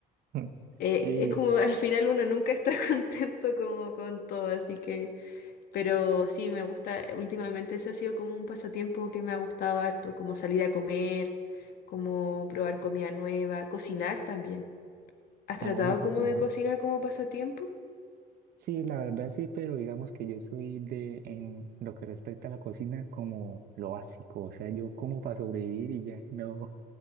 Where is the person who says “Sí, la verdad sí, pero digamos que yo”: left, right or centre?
Right